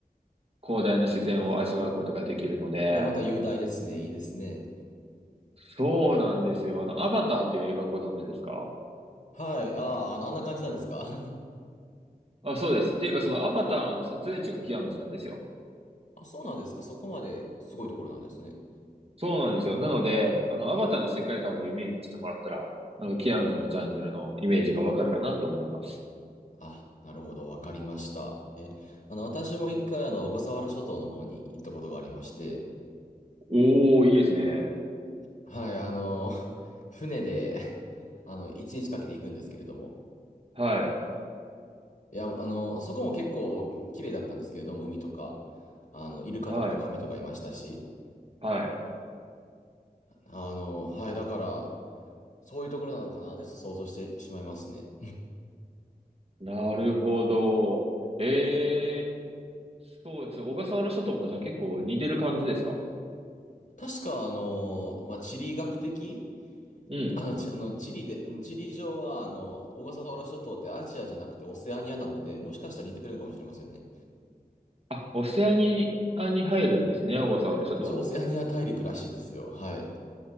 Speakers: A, on the right (about 40°); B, on the left (about 55°).
A: 広大な自然を味わうことができるので、
B: え、いや、また雄大ですね。いいですね。
A: そうなんですよ。あの、アバターっていう映画ご存知ですか
B: はい。ああ、あの、あんな感じなんですか <laughs>
A: あ、そうです。っていうか、そのアバターの撮影地がキアヌズなんですよ。
B: あ、そうなんですか。そこまですごいところなんですね。
A: そうなんですよ。なので、あの、アバターの世界観をイメージしてもらったら、なんかキアヌズのジャングルのイメージがわかるかなと思います。
B: あ、なるほど。わかりました。え、あの、私も一回、あの、小笠原諸島の方に行ったことがありまして、
A: おー、いいですね。
B: はい、あの、<laughs> 船で、あの、一日かけて行くんですけれども、
A: はい、
B: いや、あの、そこも結構綺麗だったんですけれども、海とか、あの、イルカとかカメとかいましたし、
A: はい、はい。
B: あの、はい、だから、そういうところなのかなってちょっと想像してしまいますね。
A: なるほど。えー、そうです。小笠原諸島もじゃあ結構似てる感じですか
B: 確か、あの、まあ、地理学的
A: うん。
B: あの、ち、あの、地理で、あの、地理上は、あの、小笠原諸島ってアジアじゃなくてオセアニアなので、もしかしたら似てるのかもしれませんね。
A: あ、オセアニアに入るんですね、小笠原諸島も。
B: 一応オセアニア大陸らしいですよ。はい。